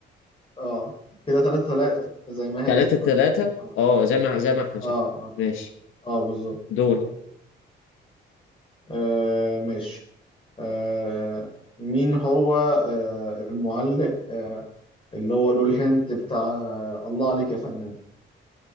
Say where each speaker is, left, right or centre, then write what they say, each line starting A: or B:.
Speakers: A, on the left; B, on the left.
A: آه كده ثلاثة ثلاثة زي ما
B: 3
A: هي
B: 3
A: آه
B: اه زي ما زي ما احنا صح
A: آه آه
B: ماشي
A: اه بالظبط
B: دور
A: آه ماشي آه مين هو آه المعلق آه اللي هو له الهنت بتاع آه الله عليك يا فنان